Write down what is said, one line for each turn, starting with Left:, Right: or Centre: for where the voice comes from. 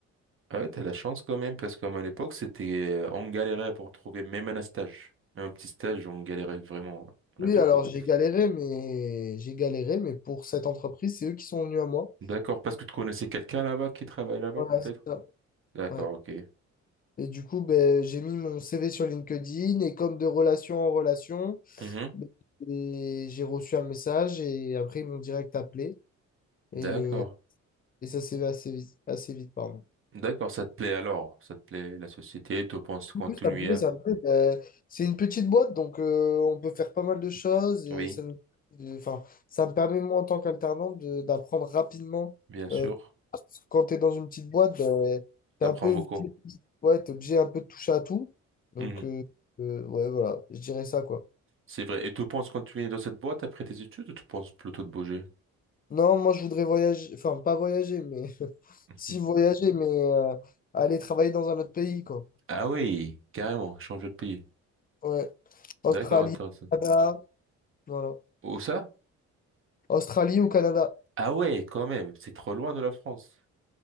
Right: Ah ouais, t'as la chance quand même, parce qu'à mon époque, c'était, euh, on galérait pour trouver même un stage. Même un petit stage, on galérait vraiment. On
Left: Oui,
Right: avait
Left: alors
Right: beaucoup
Left: j'ai
Right: de difficultés.
Left: galéré, mais j'ai galéré, mais pour cette entreprise, c'est eux qui sont venus à moi.
Right: D'accord, parce que tu connaissais quelqu'un là-bas qui travaille là-bas,
Left: Voilà,
Right: peut-être?
Left: c'est ça.
Right: D'accord,
Left: Ouais.
Right: ok.
Left: Et du coup, ben, j'ai mis mon CV sur LinkedIn et comme de relation en relation,
Right: Mhm,
Left: ben, et j'ai reçu un message et après ils m'ont direct appelé.
Right: D'accord.
Left: Et, euh, et ça s'est fait assez vite, assez vite, pardon.
Right: D'accord, ça te plaît alors, ça te plaît la société, tu penses continuer
Left: Oui, ça me plaît,
Right: à...
Left: ça me plaît. Ben, c'est une petite boîte, donc euh, on peut faire pas mal de choses et
Right: Oui,
Left: ça nous- de- enfin, ça me permet, moi, en tant qu'alternant, de- d'apprendre rapidement.
Right: bien sûr,
Left: Euh, parce que quand tu es dans une petite boîte, ben,
Right: t'apprends
Left: t'es un peu
Right: beaucoup.
Left: obligé, ouais, t'es obligé un peu de toucher à tout. Donc,
Right: Mhm.
Left: euh, euh, ouais, voilà, je dirais ça, quoi.
Right: C'est vrai. Et tu penses continuer dans cette boîte après tes études ou tu penses plutôt de bouger?
Left: Non, moi, je voudrais voyager, enfin, pas voyager, mais <laughs>
Right: <laughs>
Left: si voyager, mais euh, aller travailler dans un autre pays, quoi.
Right: Ah oui, carrément, changer de pays.
Left: Ouais, Australie,
Right: D'accord, intéressant.
Left: Canada, voilà.
Right: Où ça?
Left: Australie ou Canada?
Right: Ah ouais, quand même, c'est trop loin de la France.